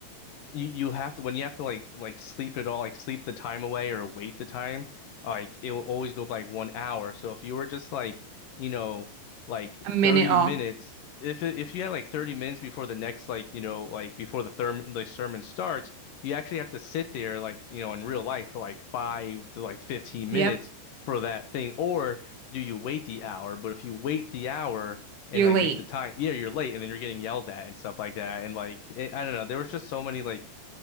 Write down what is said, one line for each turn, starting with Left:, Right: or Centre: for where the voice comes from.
Left: you you have to when you have to like like sleep it all like sleep the time away or wait the time like it'll always go by like one hour so if you were just like you know like
Right: A minute
Left: 30
Right: off.
Left: minutes if it, if you had like 30 minutes before the next like you know like before the therm like sermon starts you actually have to sit there like you know in real life for like five to like 15
Right: Yep.
Left: minutes for that thing or do you wait the hour but if you wait the hour
Right: You're
Left: and like
Right: late.
Left: make the time yeah you're late and then you're getting yelled at and stuff like that and like it, I don't know there was just so many like